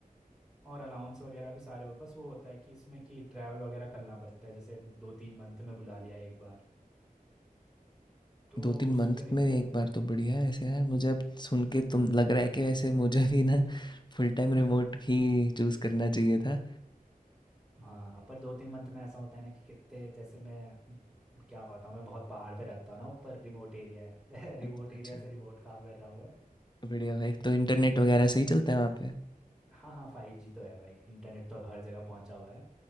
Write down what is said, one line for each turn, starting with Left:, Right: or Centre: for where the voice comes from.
Centre: और अलाउंस वगैरह भी सारे वो बस वो होता है कि इसमें कि ट्रैवल वगैरह करना पड़ता है जैसे दो तीन मंथ में बुला लिया एक बार तो
Left: 2-3
Centre: उस
Left: मंथ
Centre: पर दिक्कत
Left: में एक बार तो बढ़िया है ऐसे यार मुझे अब सुन के तुम लग रहा है कि वैसे मुझे भी ना फुल टाइम
Centre: है
Left: रिमोट
Centre: <laughs>
Left: ही चूज़ करना चाहिए था
Centre: हाँ पर दो तीन मंथ में ऐसा होता है ना कि कितने जैसे मैं क्या होता हूँ मैं बहुत पहाड़ पे रहता हूँ ना ऊपर रिमोट एरिया है <laughs> रिमोट
Left: अच्छा
Centre: एरिया
Left: अच्छा
Centre: से रिमोट काम कर रहा हूँ मैं
Left: बढ़िया भाई तो इंटरनेट वगैरह सही चलता है वहाँ पे
Centre: हाँ हाँ फाइव जी तो है भाई इंटरनेट तो हर जगह पहुंचा हुआ है